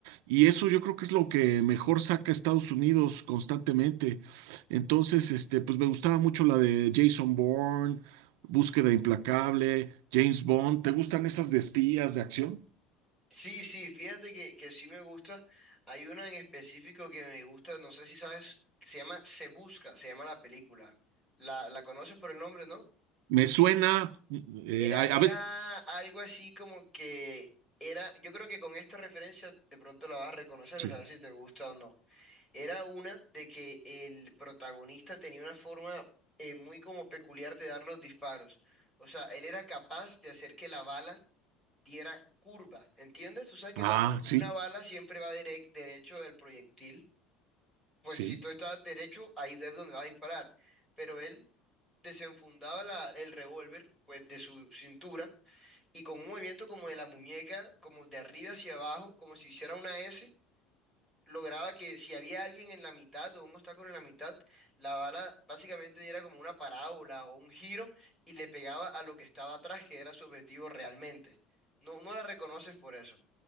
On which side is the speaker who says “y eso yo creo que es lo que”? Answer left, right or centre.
Right